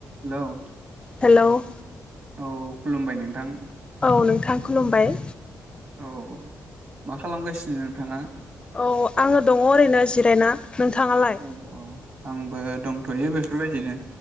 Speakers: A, on the right; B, on the left.
A: हेल'।
B: Hello.
A: औ खुलुमबाय नोंथां।
B: औ नोंथां खुलुमबाय।
A: औ मा खालामगासिनो नोंथाङा?
B: औ आङो दङ ओरैनो जिरायना। नोंथाङालाय
A: औ औ आंबो दंथ'यो बेफोरबायदिनो